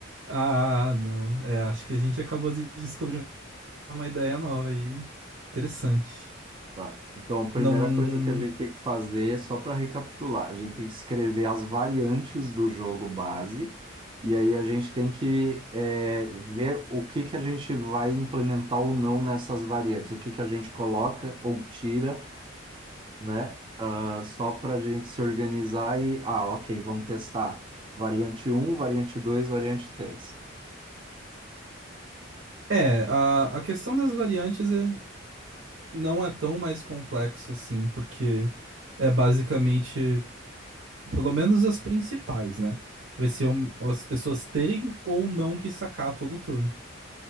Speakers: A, on the right (about 60°); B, on the right (about 25°).
A: Ah, não. É, acho que a gente acabou de descobrir uma ideia nova aí. Interessante.
B: Tá. Então, a primeira
A: Não.
B: coisa que a gente tem que fazer, só para recapitular, a gente tem que escrever as variantes do jogo base, e aí a gente tem que é, ver o que que a gente vai implementar ou não nessas variantes, o que que a gente coloca ou tira, né? Ah, só para a gente se organizar e, ah, ok, vamos testar variante um, variante dois, variante três.
A: É, a, a questão das variantes é, não é tão mais complexo assim, porque é basicamente, pelo menos as principais, né? Vai ser um- as pessoas terem ou não que sacar todo turno,